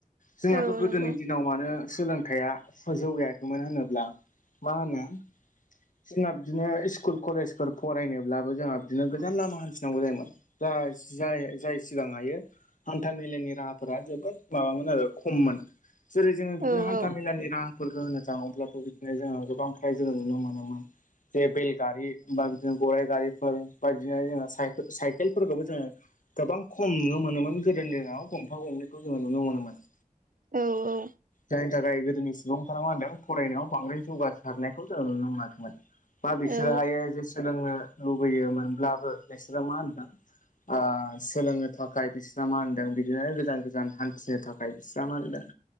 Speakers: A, on the left; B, on the right.
A: जोंहाथ'
B: औ औ
A: गोदोनि
B: नंगौ
A: दिनाव मानो सोलोंथायाइआ जौगायाखैमोन होनोब्ला मा होनो जोंना बिदिनो स्कुल कलेजफोर फरायनोब्लाबो जोंहा बिदिनो गोजान लामा हान्थिनांगौ जायोमोन जा जाय सिगां हायो हान्था मेलानि राहाफोरा जोबोद माबामोन आरो खममोन जेरै जोङो बिदिनो
B: औ
A: हान्था
B: औ
A: मेलानि राहा फोरखो होनो थाङो अब्लाथ' बिदिनो जोङो गोबां फ्राय जोङो नुनो मोनोमोन जे बेलगारि बा बिदिनो गराइ गारिफोर बा बिदिनो जोङो साइकेल साइकेलफोरखौबो जोङो गोबां खम नुनो मोनोमोन गोदोनि दिनाव गंफा गंनैखौ जोङो नुनो मोनोमोन
B: औ औ
A: जायनि थाखाय गोदोनि सुबुंफोरा मा होनदों फरायनायाव बांद्राय जौगासारनायखौ जों नुनो मोनाखैमोन। बा बिसोरोहायो
B: औ
A: जे सोलोंनो लुबैयोमोनब्लाबो बिसोरो मा होनदों ओ सोलोंनो थाखाय बेस मा होनदों बिदिनो गोजान गोजान हान्थिनो थाखाय फिसा मा होनदों